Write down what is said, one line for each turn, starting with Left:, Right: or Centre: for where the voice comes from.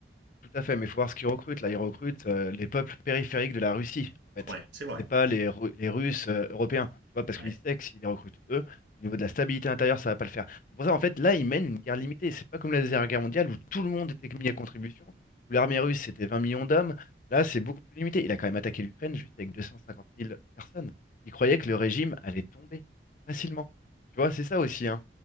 Left: Tout à fait, mais il faut voir ce qu'ils recrutent. Là, ils recrutent euh, les peuples périphériques de la Russie, en fait.
Right: Ouais, c'est vrai.
Left: C'est pas les, Ru- les Russes euh, européens, tu vois, parce
Right: Ouais.
Left: qu'ils savent que s'ils les recrutent eux, au niveau de la stabilité intérieure, ça va pas le faire. C'est pour ça, en fait, là, ils mènent une guerre limitée. C'est pas comme la Deuxième Guerre mondiale où tout le monde était mis à contribution, où l'armée russe, c'était 20 millions d'hommes. Là, c'est beaucoup plus limité. Il a quand même attaqué l'Ukraine juste avec 250 000 personnes. Il croyait que le régime allait tomber facilement. Tu vois, c'est ça aussi, hein.